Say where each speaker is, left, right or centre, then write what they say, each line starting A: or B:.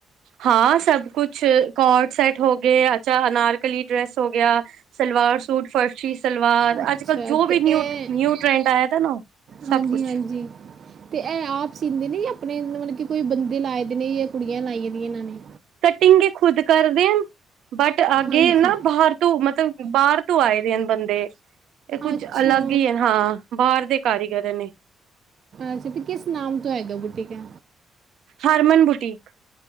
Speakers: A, on the right; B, on the right.
A: ਹਾਂ ਸਬ ਕੁਛ ਕੋਟ ਸੈਟ ਹੋ ਗਏ, ਅੱਛਾ ਅਨਾਰਕਲੀ ਡ੍ਰੈਸ ਹੋ ਗੇਆ ਸਲਵਾਰ ਸੂ ਸੂਟ ਫਰਸ਼ੀ ਸਲਵਾਰ
B: ਅੱਛਾ
A: ਅੱਜ-ਕੱਲ ਜੋ
B: ਤੇ
A: ਵੀ ਨਿਊ
B: ਇਹ
A: ਟਰੈਂਡ ਆਏਆ ਦਾ ਨਾ ਓ
B: ਹਾਂਜੀ
A: ਸਬ ਕੁਛ
B: ਹਾਂਜੀ ਤੇ ਐ ਆਪ ਸੀਂਦੇ ਨੇ ਜਾ ਆਪਨੇ ਮਤਲਬ ਕੇ ਕੋਈ ਬੰਦੇ ਲਾਏ ਦੇ ਨੇ ਜਾਂ ਕੁੜੀਆਂ ਲਾਈ ਦੀਆਂ ਏਨਾ ਨੇ।
A: ਕਟਿੰਗ ਏ ਖੁਦ ਕਰਦੇ ਹਨ, ਬਟ ਆਗੇ
B: ਹਾਂਜੀ
A: ਨਾ ਬਾਹਰ ਤੋ ਮਤਲਬ ਬਾਰ ਤੋਂ ਆਏ ਦੇ ਹਨ ਬੰਦੇ, ਏ ਕੁੱਝ
B: ਅੱਛਾ
A: ਅਲੱਗ ਈ ਐ ਹਾਂ ਬਾਰ ਦੇ ਕਾਰੀਗਰ ਨੇ।
B: ਅੱਛਾ, ਤੇ ਕਿਸ ਨਾਮ ਤੋਂ ਹੈਗਾ ਬੂਟੀਕ ਐ।
A: ਹਰਮਨ ਬੁਟੀਕ।